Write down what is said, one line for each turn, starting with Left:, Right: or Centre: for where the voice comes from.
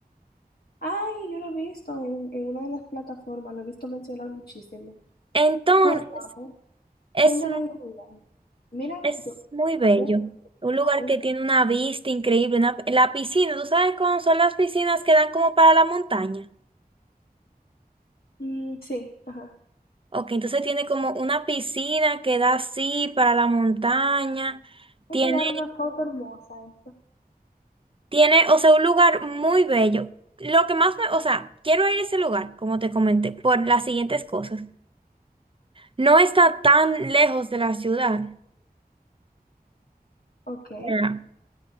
Left: Ay, yo lo he visto en, en una de las plataformas, lo he visto mencionar muchísimo.
Right: Entonces,
Left: Cuéntame,
Right: es
Left: cuéntame de tu viaje. Mira,
Right: Es
Left: yo
Right: muy bello.
Left: apunto,
Right: Un lugar
Left: apunto.
Right: que tiene una vista increíble. Una, la piscina, ¿tú sabes cómo son las piscinas que dan como para la montaña?
Left: Mm, sí, ajá.
Right: Ok, entonces tiene como una piscina que da así para la montaña.
Left: Hay
Right: Tiene,
Left: que dar una foto hermosa, eso.
Right: tiene, o sea, un lugar muy bello. Lo que más me, o sea, quiero ir a ese lugar, como te comenté, por las siguientes cosas. No está tan lejos de la ciudad.
Left: Ok.
Right: sea,